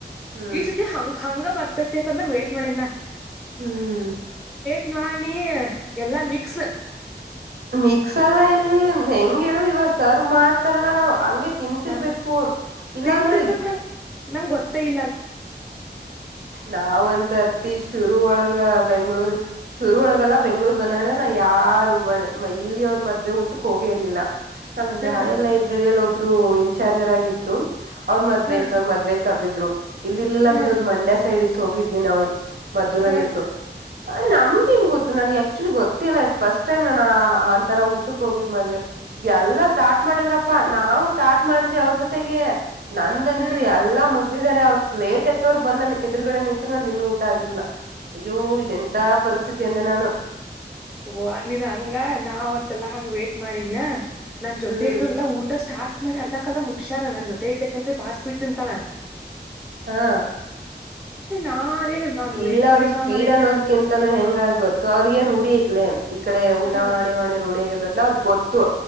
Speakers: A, on the right; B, in the centre.
A: ಹ್ಮ್
B: ಈ ಸತಿ ಹಂಗ ಹಂಗ ಬರ್ತೈತಿಂದ ವೇಟ್ ಮಾಡಿನ
A: ಹ್ಮ್
B: ಚಾಣಿ ಎಲ್ಲಾ ಮಿಕ್ಸ್
A: ಮಿಕ್ಸ್ ಎಲ್ಲ ಇಲ್ಲಿ ಹೆ ಹಂಗ ಹೇಳು ಇವಾಗ ಸರ್ವ್ ಮಾಡ್ತಾರಲ್ಲಾ ನಾವವು ಹಂಗೆ ತಿಂತರ್ಬೇಕು
B: ಹ
A: ಇಲ್ಲಾ
B: ತಿಂತಿರ್ಬೇಕ್
A: ಅಂದ್ರೆ
B: ನಂಗ ನಂಗ್ ಗೊತ್ತಾ ಇ
A: ನಾವ ಒಂದ್ಸರ್ತಿ ಶುರುವ ಒಳ್ಗ ಬೆಂಗ್ಳೂರ್ ಶುರು ಒಳಗಲ್ಲ ಬೆಂಗ್ಳೂರ್ ಬಂದಾಡ್ರೆ ನಾ ಯಾರು ಇಲ್ಲಿ ಅವ್ರ ಮದ್ವೆ ಊಟಕ್ ಹೋಗಿ ಇರ್ಲಿಲ್ಲ ನಮ್ದು
B: ಹ
A: ಹಳೆ ಲೈಬ್ರರಿಯಲ್ಲಿ ಒಬ್ರು ಇನ್ಚಾರ್ಜರ ಆಗಿದ್ರು ಅವ್ರ ಮದ್ವೆೆತ್
B: ಹ
A: ಅವ್ರ ಮದ್ವೆ ಕರೆದಿದ್ರು ಇಲ್ ಇಲ್ಲಲ್ಲ
B: ಹ
A: ಬಿಡೋದು್ ಮಂಡ್ಯ ಸೈಡ್ ಇತ್ತು ಹೋಗಿದ್ವಿ ನಾವು ಮದ್ದೂರಲ್ಲಿ
B: ಹ
A: ಇತ್ತು ನಮ್ಗ ನ್ ಗೊತ್ತು ನನ್ಗೆ ಆಕ್ಚುಲಿ ಗೊತ್ತಿಲ್ಲ ಫಸ್ಟ್ ಟೈಮ್ ನಾ ಆಂಂತರ ಊಟಕ್ಕೆ ಹೋಗಿದ್ ಮದ್ವೆ ಎಲ್ಲ ಸ್ಟಾರ್ಟ್ ಮಾಡಿದ್ರಪ್ಪಾ ನಾವು ಸ್ಟಾರ್ಟ್ ಮಾಡಿದ್ವಿ ಅವ್ರ ಜೊತೆಗೆ ನಂದಂತೂ
B: ಹ ಹ
A: ಎಲ್ಲಾ ಮುಗ್ದಿದ್ದಾರೆ ಅವತ್ ಪ್ಲೇಟ್ ಎತ್ತೋರು ಬಂದ್ ನ ಎರುಗಡೆ ನಿಂತು ನಂದು ಇನ್ನು ಊಟ ಆಗರ್ಲ್ಲ ಅಯ್ಯೋ ಇದೆಂತ ಪರಿಸ್ಥಿತಿ ಅಂದೆ ನಾನು
B: ಓವ ನೀನ್ ಹಂಗ ನಾ ಅವತ್ತೆಲ್ಲಾ ಹಂಗ ವೇಟಟ್ ಮಾಡಿದ್ನ ನನ್ ಜೊತೆ
A: ಹ್ಮ್
B: ಇದ್ರಲ್ಲಾ ಊಟ ಸ್ಟಾರ್ಟ್ ಮಾಡಿ ಅರ್ಧಾ ಅರ್ದ ಮುಗ್ಯಾರ ನನ್ ಜೊತೆ ಇದ್ದಬೇಕಕಂತ್ರ ಬಾಸ್ ಬಿಟ್ಟ ತಿಂತಳ
A: ಹಾ
B: ನಾರೇ ಮ್ಯಾಮ್ ವೇಟ್
A: ಇಲ್ಲ
B: ಮಾಡಿ
A: ಅವರು
B: ಮ್ಯಾಮ್
A: ಸ್ಪೀಡ್
B: ಅನಕ್
A: ಅನ್ನೋದಕ್ಕಿಂತಾನೂ
B: ನಾ
A: ಹೆಂಗ ಗೊತ್ತು ಅವ್ರಿಗ ರೂಢಿ ತ್ಲ ಈ ಕಡೆ ಊಟ
B: ಹ
A: ಮಾಡಿ ಮಾಡಿ ರೂಡಿಯಗಿರ್ತತ್ಲ ಅವ್ರ ಗೊತ್ತು